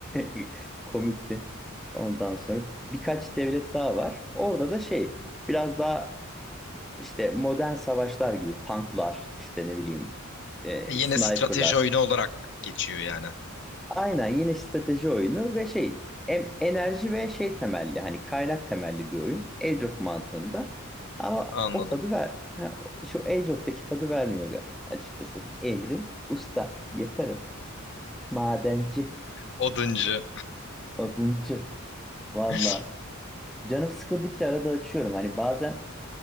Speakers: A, in the centre; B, on the left.
A: <laughs> Komikti. Ondan sonra birkaç devlet daha var. Orada da şey biraz daha işte modern savaşlar gibi tanklar işte ne bileyim e,
B: E, Yine
A: sniperlar
B: strateji oyunu olarak geçiyor yani.
A: Aynen yine strateji oyunu ve şey em- enerji ve şey temelli hani kaynak temelli bir oyun Age of mantığında ama
B: Anladım.
A: o tadı ver ha, o- şu Age of'taki tadı vermiyor ga- açıkçası. Emrin usta yaparım madenci
B: Oduncu.
A: oduncu valla
B: <laughs>
A: canım sıkıldıkça arada açıyorum hani bazen